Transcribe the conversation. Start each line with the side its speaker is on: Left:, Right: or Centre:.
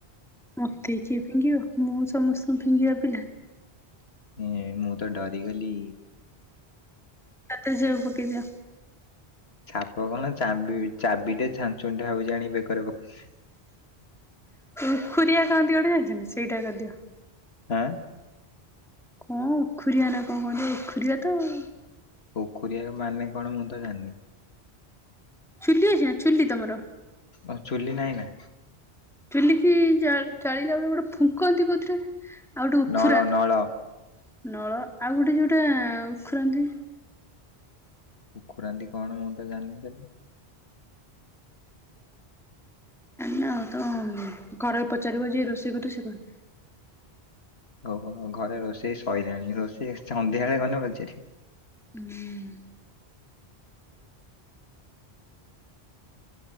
Centre: ମତେ କିଏ ଫିଙ୍ଗିବ, ମୁଁ ସମସ୍ତଙ୍କୁ ଫିଙ୍ଗିଆ ପିଲା।
Left: ଏଁ ମୁଁ ତ ଡରିଗଲି।
Centre: ଛାତିରେ ଛିପ ପକେଇ ଦିଅ।
Left: ଛାପ କଣ ଚାବି ଚାବିଟେ, ଛାଞ୍ଚୁଣି ଟେ ଭାବୁଛି ଆଣିକି ବେକରେ ପକେଇ
Centre: ପୋଖରିଆ କହନ୍ତି ଗୋଟେ ଜାଣିଛନ୍ତି, ସେଇଟା କରିଦିଅ।
Left: ଆଁ।
Centre: କଣ ଉଖୁରିଆ ନା କଣ କହନ୍ତି, ଉଖୁରିଆ ତ ଆଉ।
Left: ଉଖୁରିଆ ମାନେ କଣ ମୁଁ ତ ଜାଣିନି?
Centre: ଚୁଲି ଅଛି ନା ଚୁଲି ତମର
Left: ଓ ଚୁଲି ନାଇଁ ନା।
Centre: ଚୁଲିକି ଜା ଜାଳିଲା ବେଳେ, ଗୋଟେ ଫୁଙ୍କନ୍ତି କୋଉଥିରେ? ଆଉ ଗୋଟେ ଉଖୁରାନ୍ତି
Left: ନଳ ନଳ
Centre: କୋଉଥିରେ? ନଳ ଆଉ ଗୋଟେ ଯୋଉଟା ଉଖୁରାନ୍ତି।
Left: ଉଖୁରାନ୍ତି କଣ ମୁଁ ତ ଜାଣିନି ସେଇଟା?
Centre: ନା ଆଉ ତ ଘରେ ପଚାରିବ, ଯିଏ ରୋଷେଇ କରୁଥିବେ ସେ କହି
Left: ଓ ହୋ ଘରେ ରୋଷେଇ ସଇଲାଣି, ରୋଷେଇ ସନ୍ଧ୍ୟାବେଳେ ଗଲେ ପଚାରିବି।
Centre: ହୁଁ।